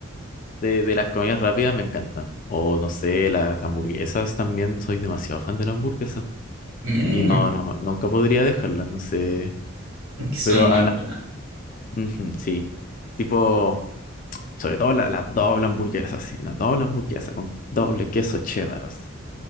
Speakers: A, on the left; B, on the right.
A: de, de las comidas rápidas me encantan. O no sé, las hamburguesas también, soy demasiado fan de las hamburguesas.
B: Mm,
A: Y no, no, nunca podría dejarlas, no sé.
B: es que son
A: Pero
B: muy
A: ah,
B: buenas.
A: ujú, sí, tipo, sobre todo la- la doble hamburguesa sí, la doble hamburguesa con doble queso cheddar, así.